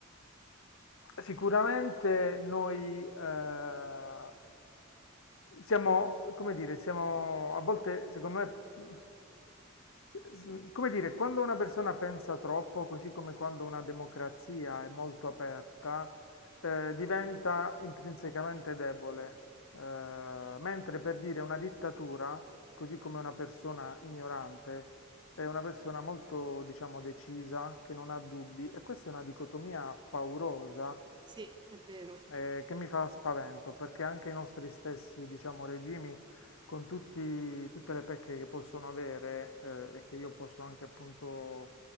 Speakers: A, on the left; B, on the right.
A: sicuramente noi eh, siamo, come dire, siamo a volte, secondo me, mh, s- s- come dire, quando una persona pensa troppo, così come quando una democrazia è molto aperta, eh, diventa intrinsecamente debole. Eh, mentre per dire una dittatura, così come una persona ignorante, è una persona molto, diciamo, decisa, che non ha dubbi, e questa è una dicotomia paurosa
B: Sì, è vero.
A: eh, che mi fa spavento, perché anche i nostri stessi, diciamo, regimi, con tutti- tutte le pecche che possono avere eh, e che io posso anche appunto